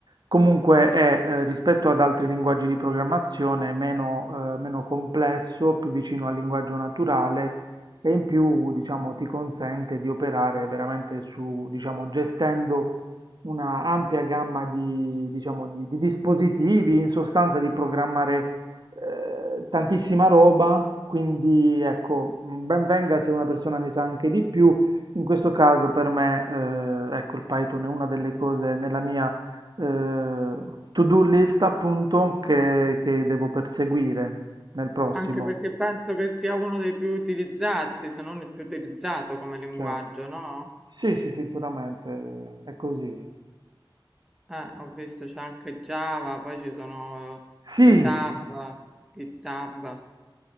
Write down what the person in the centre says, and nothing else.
Anche perché penso che sia uno dei più utilizzati, se non il più utilizzato come linguaggio,
no?
Eh, ho visto c'è anche Java, poi ci sono
GitHub, GitHub.